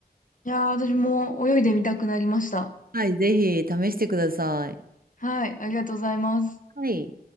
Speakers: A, on the left; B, on the right.
A: いやー、私も泳いでみたくなりました。
B: はい、ぜひ試してください。
A: はい、ありがとうございます。
B: はい。